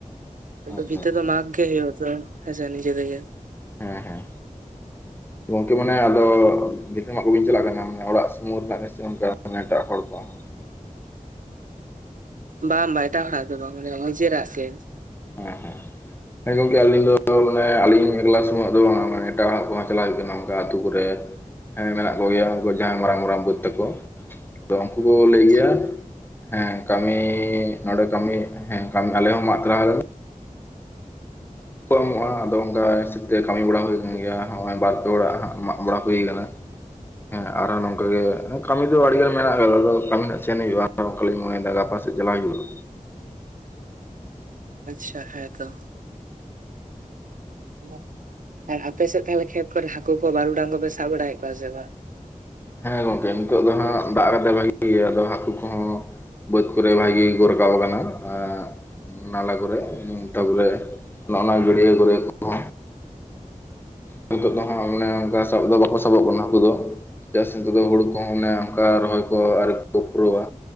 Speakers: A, on the right (about 75°); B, on the left (about 15°).
A: ᱟᱫᱚ
B: ᱟᱪᱪᱷᱟ
A: ᱵᱷᱤᱛᱟᱹ ᱫᱚ ᱢᱟᱜᱽ ᱜᱮ ᱦᱩᱭᱩᱜ-ᱟ ᱛᱚ ᱦᱮᱸ ᱥᱮ ᱱᱤᱡᱮ ᱛᱮᱜᱮ
B: ᱦᱮᱸ ᱦᱮᱸ ᱜᱚᱝᱠᱮ ᱢᱟᱱᱮ ᱟᱫᱚ ᱵᱷᱤᱛᱟᱹ ᱢᱟᱜ ᱠᱚ ᱵᱮᱱ ᱪᱟᱞᱟᱜ ᱠᱟᱱᱟ ᱚᱲᱟᱜ ᱥᱩᱢᱩᱝ ᱨᱮᱱᱟᱜ ᱜᱮᱥᱮ ᱚᱱᱠᱟ ᱮᱴᱟᱜ ᱦᱚᱲ ᱠᱚᱦᱚᱸ?
A: ᱵᱟᱝ ᱵᱟᱝ ᱮᱴᱟᱜ ᱦᱚᱲᱟᱜ ᱫᱚ ᱵᱟᱝ ᱢᱟᱱᱮ ᱱᱤᱡᱮᱨᱟᱜ ᱜᱮ
B: ᱦᱮᱸ ᱦᱮᱸ ᱦᱮᱸ ᱜᱚᱝᱠᱮ ᱟᱞᱤᱧ ᱫᱚ ᱢᱟᱱᱮ ᱟᱞᱤᱧ ᱮᱠᱞᱟ ᱥᱚᱢᱚᱭ ᱫᱚ ᱵᱟᱝ ᱢᱟᱱᱮ ᱮᱴᱟᱜ ᱦᱚᱲᱟᱜ ᱠᱩᱦᱚᱸ ᱪᱟᱞᱟᱜ ᱦᱩᱭᱩᱜ ᱠᱟᱱᱟ ᱚᱝᱠᱟ ᱟᱛᱩ ᱠᱚᱨᱮ ᱦᱮᱸ ᱢᱮᱱᱟᱜ ᱠᱚ ᱜᱮᱭᱟ ᱩᱝᱠᱩ ᱡᱟᱦᱟᱸᱭ ᱢᱟᱨᱟᱝ ᱢᱟᱨᱟᱝ ᱵᱟᱹᱫ ᱛᱟᱠᱚ ᱟᱫᱚ ᱩᱱᱠᱩ ᱠᱚ ᱞᱟᱹᱭ
A: ᱟᱪᱪᱷᱟ
B: ᱜᱮᱭᱟ ᱦᱮᱸ ᱠᱟᱢᱤ ᱱᱚᱸᱰᱮ ᱠᱟᱢᱤ ᱦᱮᱸ ᱟᱞᱮ ᱦᱚᱸ <unintelligible> ᱠᱚ ᱮᱢᱚᱜ-ᱟ ᱟᱫᱚ ᱚᱝᱠᱟ ᱦᱤᱥᱟᱹᱵᱽ ᱛᱮ ᱠᱟᱢᱤ ᱵᱟᱲᱟ ᱦᱩᱭ ᱠᱟᱱ ᱜᱮᱭᱟ ᱟᱨ ᱦᱚᱸᱜ-ᱚᱭ ᱵᱟᱨ ᱯᱮ ᱦᱚᱲᱟᱜ ᱢᱟᱜ ᱵᱟᱲᱟ ᱦᱩᱭᱩ ᱠᱟᱱᱟ᱾ ᱦᱮᱸ ᱟᱨᱦᱚ ᱱᱚᱝᱠᱟ ᱜᱮ ᱠᱟᱹᱢᱤ ᱫᱚ ᱟᱹᱰᱤᱜᱟᱱ ᱢᱮᱱᱟᱜ ᱟᱫᱚ ᱠᱟᱹᱢᱤ ᱦᱟᱸᱜ ᱥᱮᱱ ᱦᱩᱭᱩᱜ-ᱟ, ᱚᱝᱠᱟᱞᱤᱧ ᱢᱚᱱᱮᱭᱮᱫᱟ ᱜᱟᱯᱟ ᱥᱮᱡ ᱪᱟᱞᱟᱜ ᱦᱩᱭᱩᱜ-ᱟ
A: ᱟᱪᱪᱷᱟ ᱦᱮᱸ ᱛᱚ <inaudible> ᱟᱨ ᱟᱯᱮᱥᱮᱫ ᱛᱟᱦᱞᱮ ᱠᱷᱮᱛ ᱠᱚᱨᱮ ᱦᱟᱠᱩ ᱠᱚ ᱵᱟᱨᱩᱰᱟᱝ ᱠᱚᱯᱮ ᱥᱟᱵ ᱵᱟᱲᱟᱭᱮᱫ ᱠᱚᱣᱟ ᱥᱮ ᱵᱟᱝ?
B: ᱦᱮᱸ ᱜᱚᱝᱠᱮ ᱱᱤᱛᱚᱜ ᱫᱚ ᱦᱟᱸᱜ ᱫᱟᱜ ᱨᱮᱫᱚ ᱵᱷᱟᱜᱤ ᱜᱮᱭᱟ ᱟᱫᱚ ᱦᱟᱹᱠᱩ ᱠᱚᱦᱚᱸ ᱵᱟᱹᱫᱽ ᱠᱚᱨᱮ ᱵᱷᱟᱜᱤ ᱜᱮᱠᱚ ᱨᱟᱠᱟᱵ ᱟᱠᱟᱱᱟ ᱟᱨ ᱱᱟᱞᱟ ᱠᱚᱨᱮ ᱛᱟᱯᱚᱨᱮ ᱚᱱᱮ-ᱚᱱᱟ ᱜᱟᱹᱰᱭᱟᱹ ᱠᱚᱨᱮ ᱠᱚᱦᱚᱸ ᱱᱤᱛᱚᱜ ᱫᱚ ᱦᱟᱸᱜ ᱢᱟᱱᱮ ᱚᱱᱠᱟ ᱥᱟᱵ ᱫᱚ ᱵᱟᱠᱚ ᱥᱟᱵᱚᱜ ᱠᱟᱱᱟ ᱦᱟᱹᱠᱩ ᱫᱚ᱾ ᱮᱴᱟᱜ ᱥᱮᱱ ᱠᱚᱫᱚ ᱦᱩᱲᱩ ᱠᱚᱦᱚᱸ ᱢᱟᱱᱮ ᱚᱱᱠᱟ ᱨᱚᱦᱚᱭ ᱠᱚ ᱟᱹᱣᱨᱤ ᱠᱚ ᱯᱩᱨᱟᱹᱣᱟ᱾